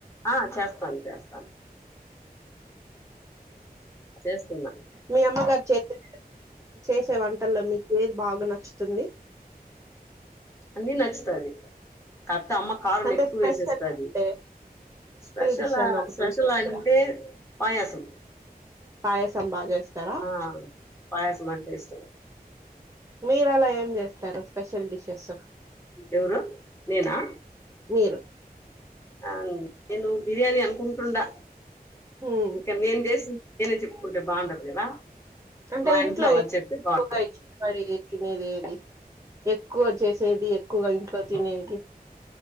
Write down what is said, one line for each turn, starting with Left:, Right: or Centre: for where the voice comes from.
Left: ఆ చేస్తాను చేస్తాను చేస్తున్నా
Right: మీ అమ్మగ చె చేసే వంటల్లో మీకు ఏది బాగా నచ్చుతుంది
Left: అ నీ నచ్చతాది కాపి అమ్మ కారం
Right: అంటే
Left: ఎక్కువ
Right: స్పెషల్
Left: వేసేస్తది,
Right: అంటే
Left: స్పెషల్
Right: డిష్ అని ఒకటి
Left: స్పెషల్
Right: ఉంటుంది
Left: అంటే
Right: కదా
Left: పాయాసం
Right: పాయసం బాగా చేస్తారా
Left: ఆ పాయసం అంటే ఇష్టం
Right: మీరు అలా ఏం చేస్తారు స్పెషల్ డిషెస్
Left: ఎవరు నేనా
Right: మీరు
Left: ఆ నేను బిర్యానీ అనుకుంటుండా
Right: మ్మ్
Left: ఇంకా మేం చేసి నేనే చెప్పుకుంటే బాగుంటదు కదా
Right: అంటే
Left: మా
Right: ఇంట్లో
Left: వాళ్ళు
Right: ఎక్కువగా
Left: చెప్తే బాగుంటది
Right: ఇచ్చ పడి తినేది ఏది ఎక్కువ చేసేది ఎక్కువగా ఇంట్లో తినేది